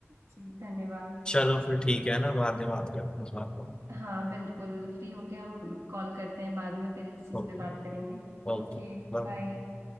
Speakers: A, on the right; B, on the left.
A: जी धन्यवाद
B: चलो फिर ठीक है ना बाद में बात करते हैं इस बात पर
A: हाँ बिल्कुल फ्री होके हम कॉल करते हैं बाद में फिर इस चीज़
B: ओके
A: पे बात करेंगे
B: ओके
A: ओके
B: बाय।
A: बाय